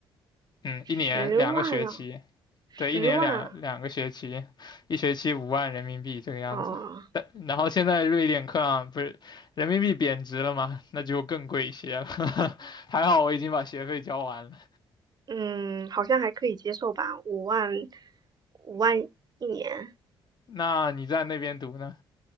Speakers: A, on the left; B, on the right.
A: 嗯，
B: 十万啊，
A: 一年两个学期，
B: 十万啊，
A: 对，一年两两个学期，一学期五万人民币这个样子。
B: 哦，
A: 但然后现在瑞典克朗不是人民币贬值了吗？那就更贵一些了。<laughs> 还好我已经把学费交完了。
B: 嗯，好像还可以接受吧，五万，五万一年。
A: 那你在那边读呢？